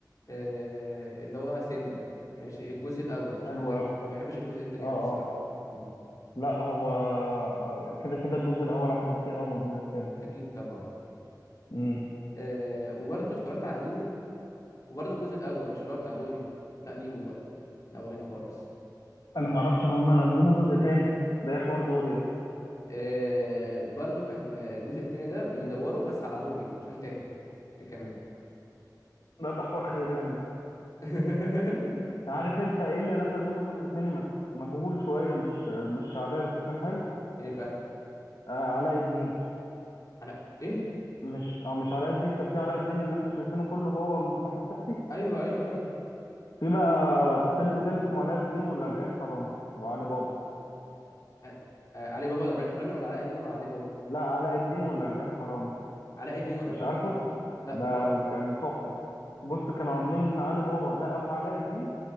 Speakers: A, on the left; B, on the left.
A: آه اللي هو سيمبا ماشي الجزء الاول مش
B: حلو
A: الجزء
B: قوي
A: ما بحبش الجزء التاني
B: اه
A: قوي الصراحه
B: اه
A: مم.
B: لا هو آه، كده كده الجزء الاول احلى بكتير قوي من الجزء الثاني
A: اكيد طبعا
B: امم
A: آه وبرضه اتفرجت على نيمو وبرضه الجزء الاول مش اللي هو بتاع دوري لا نيمو بقى الاولاني خالص
B: انا ما اعرفش ان هم نزلوا جزء تاني ده ايه حوار دوري ده
A: آه برضه كان آه، الجزء التاني ده بيدوروا بس على دوري بقى عشان تاهت هي كمان
B: لا ده حوار خيبان ده
A: <laughs>
B: عارف انت ايه اللي نزل منه جزء تاني م- مجهول شويه مش مش شعبيه بس كان حلو
A: ايه بقى
B: آه علاء الدين
A: على ايه
B: مش اه مش علاء الدين كان في علاء الدين اللي احنا شايفينه كله هو المصباح السحري
A: ايوه ايوه ايوه
B: في بقى فيلم تاني اسمه علاء الدين والأربعين حرامي وعلي بابا
A: آه. آه. علي بابا ولا ابراهيم حرامي ولا علاء الدين ولا علي بابا
B: لا علاء الدين والأربعين حرامي
A: علاء الدين ولا
B: مش
A: ابراهيم
B: عارفه
A: حرامي لا
B: ده
A: خالص
B: كان تحفة بص كانوا عاملين ان علي بابا ده ابو علاء الدين